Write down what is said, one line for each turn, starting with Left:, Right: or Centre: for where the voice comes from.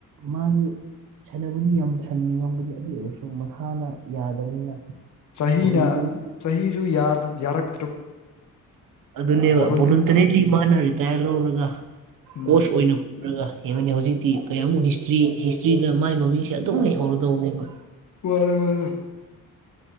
Right: ꯃꯥꯖꯨ ꯁꯥꯟꯕꯨꯗꯤ ꯌꯥꯝ ꯁꯥꯟꯅꯤꯡꯉꯝꯒꯅꯤ ꯑꯗꯨ ꯑꯣꯏꯔꯁꯨ ꯃꯁꯥꯅ ꯌꯥꯗꯕꯅꯤꯅ
Left: ꯆꯥꯍꯤꯅ
Right: ꯚꯣꯂꯨꯟꯇꯔꯤ
Left: ꯆꯥꯍꯤꯁꯨ ꯌꯥ ꯌꯥꯔꯛ
Right: ꯑꯗꯨꯅꯦꯕ
Left: ꯕꯣꯂꯣꯟꯇꯔꯤ
Right: ꯕꯣꯂꯨꯟꯇꯔꯤꯂꯤ ꯃꯥꯅ ꯔꯤꯇꯥꯌ꯭ꯔ ꯂꯧꯔꯒ
Left: ꯎꯝ
Right: ꯀꯣꯁ ꯑꯣꯏꯅ ꯄꯨꯔꯒ ꯌꯦꯡꯉꯨꯅꯦ ꯍꯧꯖꯤꯛꯇꯤ ꯀꯌꯥꯃꯨꯛ ꯍꯤꯁꯇ꯭ꯔꯤ ꯍꯤꯁꯇ꯭ꯔꯤꯗ ꯃꯥꯏ ꯃꯃꯤꯡꯁꯦ ꯑꯗꯨꯝ ꯂꯩꯍꯧꯔꯗꯧꯅꯦꯕ
Left: ꯃꯥꯅꯦ <unintelligible> ꯃꯥꯅꯦ <unintelligible>